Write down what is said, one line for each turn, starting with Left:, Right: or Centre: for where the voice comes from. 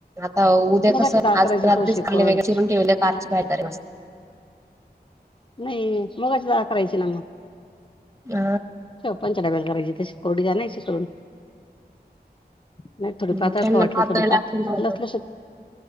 Right: आता उद्या
Left: मुगाची
Right: कसं
Left: डाळ
Right: आज
Left: करायची
Right: रात्रीच
Left: थोडीशी कोरड
Right: काले वगळे चिरून ठेवले कारची काही तरीतते
Left: नाही मगाची दार करायची ना मग
Right: ह
Left: शव पंचडाबेल करायची तशी कोरडी जाण्यायची करून नाही थोडी
Right: हम्
Left: पातळ
Right: त्यांना
Left: खाऊ वाटली
Right: पातळ
Left: थोडी
Right: लागत
Left: लसलशीत